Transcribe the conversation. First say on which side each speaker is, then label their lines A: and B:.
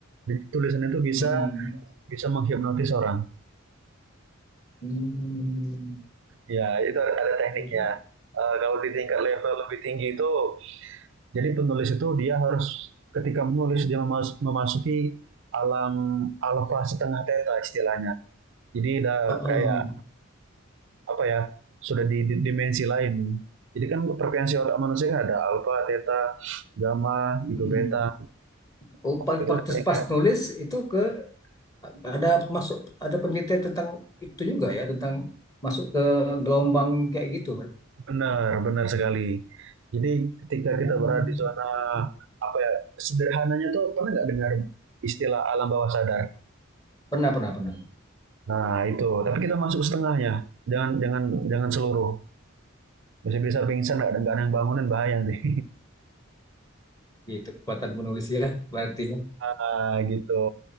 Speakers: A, on the right; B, on the left.
A: Jadi, Tulisan itu bisa
B: Mm-mm.
A: bisa menghipnotis orang.
B: Hmm.
A: Ya, itu ada, ada tekniknya.
B: Juga.
A: Eh, kalau di tingkat level lebih tinggi itu, jadi penulis itu dia harus ketika menulis dia memas- memasuki alam alfa setengah theta istilahnya. Jadi udah
B: Uh-uh.
A: kayak apa ya, sudah di, di dimensi lain. Jadi kan frekuensi otak manusia kan ada alfa, theta, gamma, gitu
B: Mm-mm.
A: beta.
B: Oh, pas
A: Itu
B: pas-
A: udah tingkat
B: pas nulis itu ke ada masuk ada penelitian tentang itu juga ya tentang masuk ke gelombang kayak gitu.
A: Benar, benar sekali. Jadi ketika
B: Hmm.
A: kita berada di zona apa ya sederhananya tuh pernah nggak dengar istilah alam bawah sadar?
B: Pernah, pernah, pernah.
A: Nah itu, tapi kita masuk setengahnya, jangan jangan jangan seluruh. Bisa-bisa pingsan nggak ada nggak ada yang bangunan bahaya nih.
B: Gitu, kekuatan penulis ya, berarti ya.
A: <laughs> ah gitu.